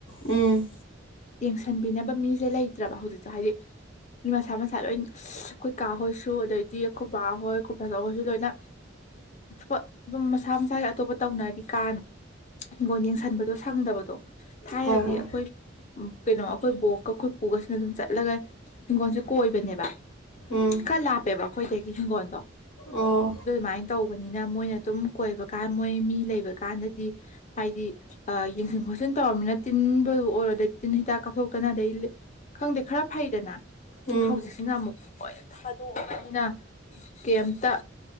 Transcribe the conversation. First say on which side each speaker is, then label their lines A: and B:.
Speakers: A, on the left (about 70°); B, on the left (about 40°).
A: ꯎꯝ
B: ꯌꯦꯡꯁꯤꯟꯕꯤꯅꯕ ꯃꯤꯁꯦ ꯂꯩꯇ꯭ꯔꯕ ꯍꯧꯖꯤꯛꯇꯣ ꯍꯥꯏꯗꯤ ꯃꯤ ꯃꯁꯥ ꯃꯁꯥ ꯂꯣꯏ ꯑꯩꯈꯣꯏꯀꯥ ꯍꯣꯏꯁꯨ ꯑꯗꯩꯗꯤ ꯈꯨꯕꯥ ꯍꯣꯏ ꯈꯨꯕꯥ ꯆꯧ ꯍꯣꯏꯁꯨ ꯂꯣꯏꯅ ꯎ ꯑꯗꯨꯝ ꯃꯁꯥ ꯃꯁꯥꯁ ꯑꯇꯣꯞꯄ ꯇꯧꯅꯔꯤ ꯀꯥꯅ ꯍꯤꯡꯒꯣꯜ ꯌꯦꯡꯁꯟꯕꯗꯣ ꯁꯪꯗꯕꯗꯣ ꯊꯥꯏꯅꯗꯤ
A: ꯍꯣꯏ ꯍꯣꯏ
B: ꯑꯩꯈꯣꯏ ꯎ ꯀꯩꯅꯣ ꯑꯩꯈꯣꯏ ꯕꯣꯛꯀ ꯑꯩꯈꯣꯏꯄꯨꯒꯁꯤꯅ ꯑꯗꯨꯝ ꯆꯠꯂꯒ ꯍꯤꯡꯒꯣꯜꯁꯦ ꯀꯣꯏꯕꯅꯦꯕ
A: ꯎꯝ
B: ꯈꯔ ꯂꯥꯞꯄꯦꯕ ꯑꯩꯈꯣꯏꯗꯒꯤ ꯍꯤꯡꯒꯣꯜꯗꯣ
A: ꯑꯣ
B: ꯃꯥꯏ ꯇꯧꯕꯅꯤꯅ ꯃꯣꯏꯅ ꯑꯗꯨꯝ ꯀꯣꯏꯕ ꯀꯥꯟ ꯃꯣꯏ ꯃꯤ ꯂꯩꯕ ꯀꯥꯟꯗꯗꯤ ꯍꯥꯏꯗꯤ ꯌꯦꯡꯁꯤꯟ ꯈꯣꯠꯆꯤꯟ ꯇꯧꯔꯕꯅꯤꯅ ꯇꯤꯟꯕꯗꯨ ꯑꯣꯏꯔꯣꯗ ꯇꯤꯟ ꯍꯤꯗꯥꯛ ꯀꯥꯞꯊꯣꯛꯇꯅ ꯑꯗꯩ ꯈꯪꯗꯦ ꯈꯔ ꯐꯩꯗꯅ
A: ꯎꯝ
B: ꯎ ꯍꯧꯖꯤꯛꯁꯤꯅ ꯑꯃꯨꯛ ꯂꯣꯏ ꯊꯥꯗꯣꯛꯑꯕꯅꯤꯅ ꯀꯦꯝꯇ